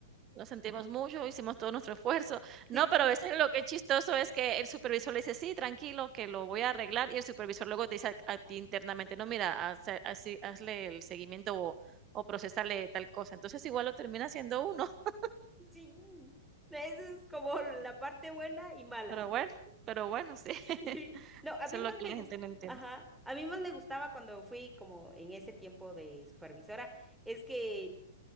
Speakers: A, on the right; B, in the centre.
A: Lo sentimos mucho, hicimos todo nuestro esfuerzo.
B: <laughs>
A: No, pero a veces lo que es chistoso es que el supervisor le dice, sí, tranquilo, que lo voy a arreglar, y el supervisor luego te dice a, a ti internamente, no, mira, hace- así, hazle el seguimiento o, o procesarle tal cosa. Entonces igual lo termina haciendo uno, <laughs>
B: Sí, esa es como la parte buena y mala.
A: pero bueno, pero bueno, sí. <laughs>
B: Sí. No, a
A: Eso
B: mí
A: es
B: más
A: lo que
B: me
A: la
B: gust-
A: gente no entiende.
B: ajá, a mí más me gustaba cuando fui como en ese tiempo de supervisora, es que